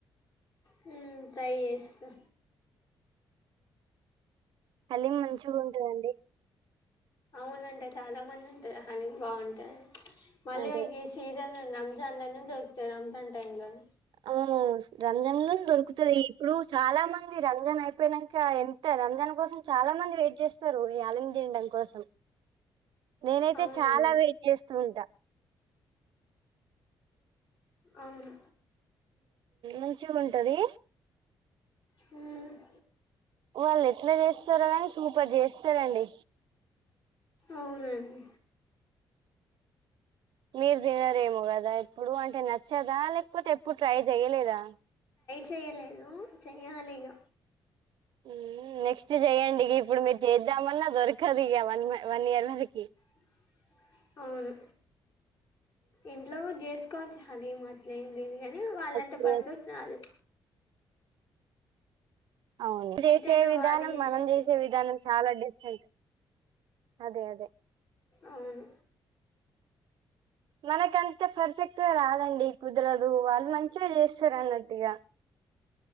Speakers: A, on the left (about 50°); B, on the right (about 75°).
A: హుమ్ ట్రై చేస్తా
B: హలీం మంచిగా ఉంటదండి
A: అవునంటా చాలా మంది ఉంటారు హలిం బాగుంటదన్ మళ్ళీ
B: అదే
A: గి సీజన్ రమ్జాన్లోనే దొరుకుతది రంజాన్ టైమ్ లోనే
B: హు రంజన్ లోనే దొరుకుతది ఇప్పుడు చాలా మంది రంజాన్ అయిపోనంక ఎంత రంజాన్ కోసం చాలా మంది వెయిట్ చేస్తారు ఈ హాలిం తిన్ కోసం నినైతే
A: అవునవును
B: చాలా వెయిట్ చేస్తూ ఉంటా
A: అవును
B: మంచిగా ఉంటది
A: హుమ్
B: వాళ్ళు ఎట్లా చేస్తారో గని సూపర్ చేస్తారండి
A: అవునండి
B: మీరు తినరేమో కదా ఇప్పుడు అంటే నచ్చదా లేకపోతే ఎప్పుడు ట్రై చెయలేదా
A: చెయలేదు చెయ్యాలిగా
B: ఎమ్మో నెక్స్ట్ చేయండి ఇగ ఇప్పుడు మీరు చేద్దామన్నా దొరకదు ఇగ వన్ వన్ ఇయర్ వరకి
A: <inaudible> అవును ఇంట్లో చేసుకోవచ్చు హలీమ్ అట్లనే బిర్యానీ అ వాళ్ళంత
B: చేయచ్చు
A: పర్ఫెక్ట్ కాదు
B: అవును చేసే
A: ఎంతైనా
B: విధానం
A: వాళ్ళు చేసింది
B: మనం చేసే విధానం చాలా డిఫరెంట్ అదే అదే
A: అవును
B: మనకంత పర్ఫెక్ట్గా రాదండి కుదరదు వాళ్ళు మంచిగా చేస్తారు అన్నట్టుగా